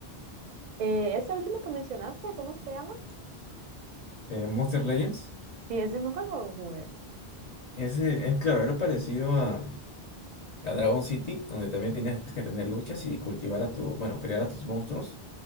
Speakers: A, on the right (about 55°); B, on the left (about 45°).
A: <laughs> eh, ese último que mencionaste, ¿cómo se llama?
B: eh, Monster Legends.
A: Sí, ese nunca lo jugué.
B: Ese es claro, era parecido a, a Dragon City, donde también tenías que tener luchas y cultivar a tu, bueno, crear a tus monstruos.